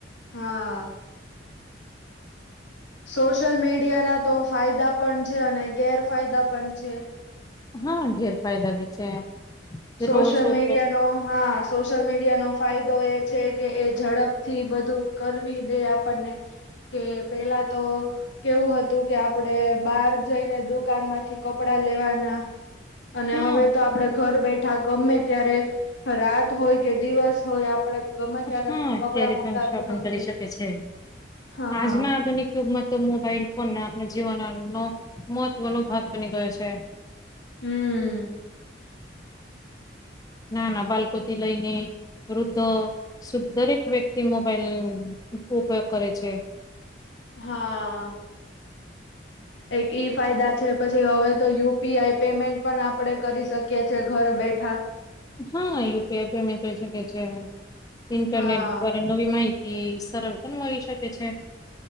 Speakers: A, on the left (about 85°); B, on the left (about 20°).
A: હા સોશિયલ મીડિયા ના તો ફાયદા પણ છે અને ગેરફાયદા પણ છે
B: હા ગેરફાયદા બી છે જેટલો
A: સોશલ
B: ઓછો ઉપયોગ
A: મીડિયાનો
B: કરે
A: હા સોશિયલ મીડિયાનોો ફાયદો એ છે કે એ ઝડપ થી બધું કરવી દે આપણને કે પેલા તો કેવું હતું કે આપડે બહાર જઈને દુકાન માંથી કપડા લેવાના અને
B: હા
A: હવે તો આપડે ઘર બેઠ બેઠા ગમે ત્યારે રાત હોય કે દિવસ હોય આપડે ગમે ત્યારે
B: હમ્મ
A: કપડા
B: ક્યારેક
A: મગાવી
B: પણ શોપિંગ
A: શકીએ.
B: કરી શકે છે
A: હા
B: આજમાં આધુનિક ક્યુબમાં તો મોબાઈલ ફોનને આપણા જીવન નો મહત્વનો ભાગ બની ગયો છે
A: હમ્મ
B: ના ના બાલકોથી લઈને વૃધો શ દરેક વ્યક્તિ મોબાઈલ ઉપયોગ કરે છે
A: હા એક ઈ ફાયદા છે પછી હવે તો યુપીઆઈ પેમેન્ટ પણ આપડે કરી શકીએ છેએ ઘર બેઠા
B: હા યુપીઆઈ પેમેન્ટ દઈ શકે છે ઇન્ટરનેટ
A: હા
B: દ્વારા નવી માહિતી સરળ પણ મળી શકે છે